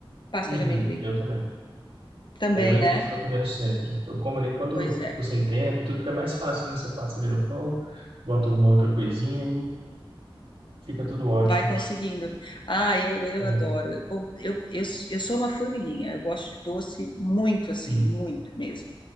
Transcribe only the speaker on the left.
pasta
de amendoim.
Também,
né?
Pois
é.
Vai conseguindo. Ah, eu, eu
adoro. Eu- Bom, eu, eu, eu sou uma formiguinha. Eu gosto de doce muito assim,
muito mesmo.